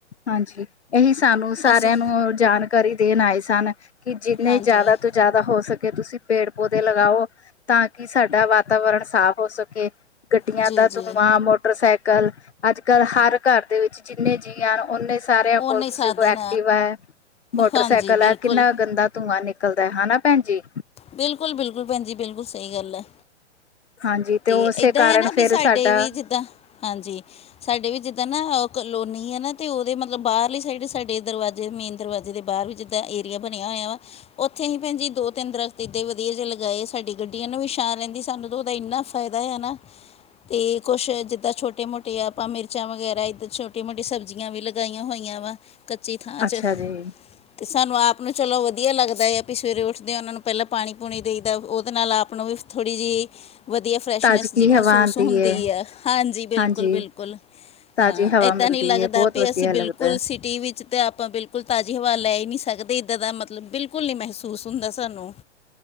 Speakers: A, on the left (about 65°); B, on the left (about 15°).
A: ਹਾਂਜੀ, ਇਹੀ ਸਾਨੂੰ ਸਾਰਿਆਂ
B: ਅਸੀਂ
A: ਨੂੰ ਜਾਣਕਾਰੀ ਦੇਣ ਆਏ ਸਨ, ਕਿ ਜਿੰਨੇ
B: ਹਾਂਜੀ
A: ਜ਼ਿਆਦਾ ਤੁ, ਜ਼ਿਆਦਾ ਹੋ ਸਕੇ ਤੁਸੀਂ, ਪੇੜ ਪੌਦੇ ਲਗਾਓ। ਤਾਂ ਕਿ, ਸਾਡਾ ਵਾਤਾਵਰਨ ਸਾਫ਼ ਹੋ ਸਕੇ। ਗੱਡੀਆਂ
B: ਜੀ
A: ਦਾ
B: ਜੀ
A: ਧੂੰਆਂ, ਮੋਟਰਸਾਈਕਲ, ਅੱਜ- ਕੱਲ੍ਹ ਹਰ ਘਰ ਦੇ ਵਿੱਚ, ਜਿੰਨੇ ਜੀ ਯਾਰ, ਉੱਨੀ ਸਾਰਿਆਂ
B: ਓਨੇ
A: ਕੋਲ ਕਿਸੇ
B: ਸਾਧਨ
A: ਕੋਲ ਐਕਟਿਵ ਹੈ, ਮੋਟਰਸਾਈਕਲ
B: ਹਾਂਜੀ
A: ਹੈ।
B: ਬਿਲਕੁਲ
A: ਕਿੰਨਾ ਗੰਦਾ ਧੂੰਆਂ ਨਿਕਲ ਨਿਕਲਦਾ ਹੈ ਹਾ ਨਾ ਭੈਣ ਜੀ।
B: ਬਿਲਕੁਲ-ਬਿਲਕੁਲ, ਭੈਣ ਜੀ ਬਿਲਕੁਲ, ਸਹੀ ਗੱਲ ਹੈ।
A: ਹਾਂਜੀ
B: ਤੇ
A: ਉਸੇ
B: ਏਦਾਂ
A: ਕਾਰਨ
B: ਹੈ ਨਾ ਵੀ,
A: ਫੇਰ
B: ਸਾਡੇ
A: ਸਾਡਾ
B: ਵੀ ਜਿੱਦਾਂ, ਹਾਂਜੀ, ਸਾਡੇ ਵੀ ਜਿੱਦਾਂ ਨਾ ਕਲੋਨੀ ਆ ਨਾ ਤੇ, ਉਹਦੇ ਮਤਲਬ ਬਾਹਰਲੀ ਸਾਈਡ, ਸਾਡੇ ਦਰਵਾਜ਼ੇ ਮੇਨ ਦਰਵਾਜ਼ੇ ਦੇ ਬਾਹਰ ਵੀ ਜਿੱ ਦਾ ਏਰੀਆ ਬਣਿਆ ਹੋਇਆ ਵਾ, ਉੱਥੇ ਹੀ ਭੈਣ ਜੀ, ਦੋ-ਤਿੰਨ ਦਰੱਖਤ ਅਤੇ, ਇੱਦਾਂ ਵਧੀਆ ਜੇਹੇ ਲਗਾਏ ਸਾਡੀ ਗੱਡੀ ਇਹ ਨੂੰ ਵੀ ਛਾ ਰਹਿੰਦੀ ਸਾਨੂੰ ਤਾਂ ਉਹਦਾ ਇੰਨਾ ਫਾਇਦਾ ਹੈਨਾ। ਅਤੇ ਕੁਛ ਜਿੱਦਾਂ ਛੋਟੇ-ਮੋਟੇ ਆਪਾਂ ਮਿਰਚਾਂ ਵਗੈਰਾ ਇੱਧਰ, ਛੋਟੀ- ਮੋਟੀ ਸਬਜ਼ੀਆਂ ਵੀ ਲ ਲਗਾਈਆਂ ਹੋਈਆਂ ਵਾ। ਕੱਚੀ ਥਾਂ ਚ
A: ਅੱਛਾ
B: ਅਤੇ,
A: ਜੀ।
B: ਸਾਨੂੰ ਆਪ ਨੂੰ ਚਲੋ ਵਧੀਆ ਲੱਗਦਾ ਹੈ, ਆਪ ਸਵੇਰੇ ਉੱਠਦੇ ਹਾਂ ਉਹਨਾਂ ਨੂੰ ਪਹਿਲਾਂ ਪਾਣੀ ਪੂਣੀ ਦੇਈ ਦਾ, ਉਹਦੇ ਨਾਲ ਆਪ ਨੂੰ ਵੀ ਥੋੜ੍ਹੀ ਜਿਹੀ। ਵਧੀਆ ਫਰੈਸ਼ਨੈਸ
A: ਤਾਜ਼ਗੀ
B: ਜੀ ਮਹਿਸੂਸ
A: ਹਵਾ ਆਂਦੀ
B: ਹੁੰਦੀ
A: ਏ
B: ਹੈ, ਹਾਂਜੀ ਬਿਲਕੁੱਲ-ਬਿਲਕੁੱਲ।
A: ਹਾਂਜੀ ਤਾਜ਼ੀ
B: ਹਾਂ,
A: ਹਵਾ
B: ਇੱਦਾਂ
A: ਮਿਲਦੀ
B: ਨਹੀਂ ਲੱਗਦਾ
A: ਏ ਬਹੁਤ
B: ਪਿਆ
A: ਵਧੀਆ
B: ਸੀ ਅਸੀਂ ਬਿਲਕੁੱਲ
A: ਲੱਗਦਾ। ਹੈ।
B: ਸੀ ਟੀ ਵੀ ਚ ਤਾਂ ਆਪਾਂ ਬਿਲਕੁੱਲ ਤਾਜ਼ੀ ਹਵਾ ਲੈ ਹੀ ਨਹੀਂ ਸਕਦੇ ਇੱਦਾਂ ਦਾ ਮੱਤਲਬ ਬਿਲਕੁੱਲ ਨਹੀਂ ਮਹਿਸੂਸ ਹੁੰਦਾ ਸਾਨੂੰ।